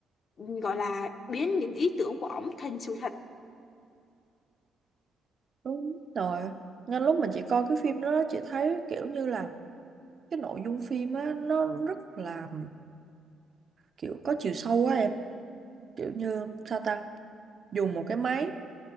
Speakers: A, on the left; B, on the right.
A: ừ, gọi là biến những ý tưởng của ổng thành sự thật
B: đúng rồi nên lúc mình chỉ coi cái phim đó chị thấy kiểu như là cái nội dung phim á nó rất là kiểu có chiều sâu quá em kiểu như sao ta dùng một cái máy